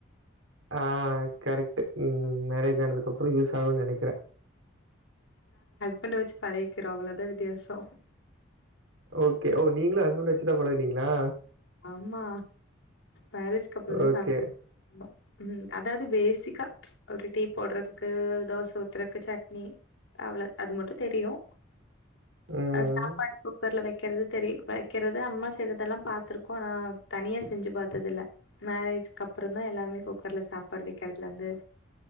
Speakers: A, on the right (about 75°); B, on the left (about 80°).
A: ஆஹ் கரெக்ட் உம் மேரேஜ் ஜு ஆனதுக்கு அப்புறோ யூஸ் ஆகும்னு நெனைக்கிறே
B: பண்ட வச்சு பழகிக்கிறோ அவ்ளோதா வித்தியாசோ
A: ஓகே ஓ நீங்களு ஹஸ்பண்ட வச்சுதா பழகுனீங்களா
B: ஆமா மேரேஜ்க அப்புறம் தான்
A: ஓகே.
B: சாப்ப உஹம் அதாவது பேசிக்கா ஒரு டீ போடுறதுக்கு தோசை ஊத்துறதுக்கு சட்னி அவ்வளவு அது மட்டும் தெரியும்
A: ம்.
B: அ சாப்பாடு குக்கர்ல வை கேள்தெரி வைக்கிறது அம்மா செய்ல்றதெல்லாம் பாார்த்திக் ஆனா தனியா செஞ்சு பார்த்தது இல்ல மேரேஜக்கு அப்புறம் தான் எல்லாமே குக்கர்ல சாப்பாடு வைக்கிறதுல இருந்து